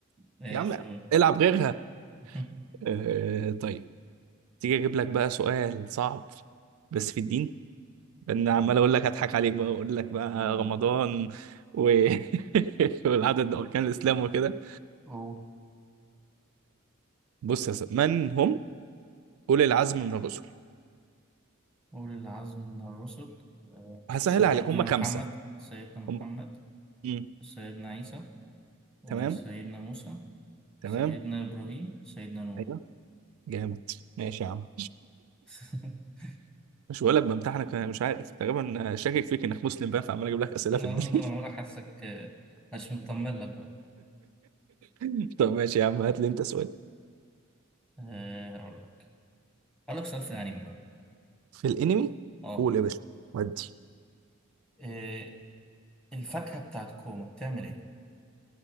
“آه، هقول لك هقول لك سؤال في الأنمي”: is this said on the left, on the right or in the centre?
Centre